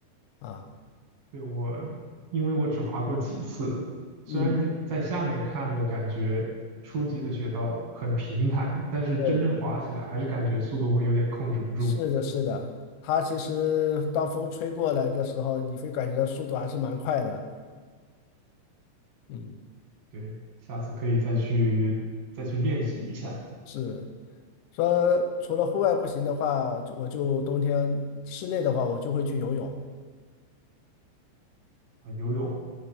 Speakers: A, on the left; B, on the right.
A: 啊。
B: 对我，因为我只滑过几次，虽然有在下面看的感觉初级的雪道很平坦，
A: 嗯，
B: 但是真正滑起来还是感觉速度会有点控制不住。
A: 对，是的，是的。它其实当风吹过来的时候，你会感觉到速度还是蛮快的。嗯，
B: 对，下次可以再去再去练习一下
A: 是说除了户外不行的话，就我就冬天室内的话，我就会去游泳。
B: 啊，游泳，